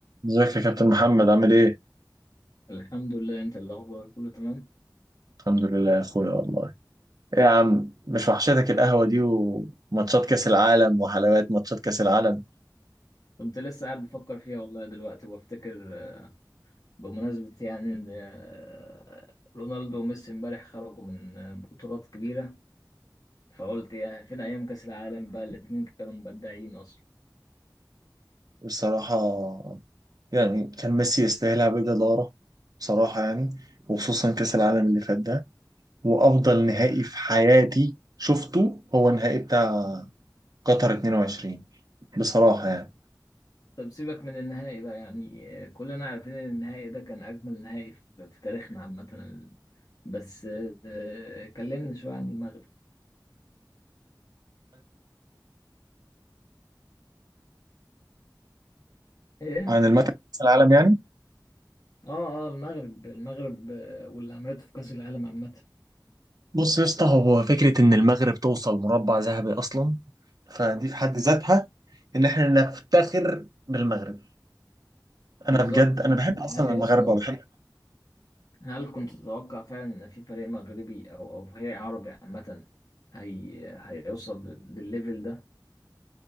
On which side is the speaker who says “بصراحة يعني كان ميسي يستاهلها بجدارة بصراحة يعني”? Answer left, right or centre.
Right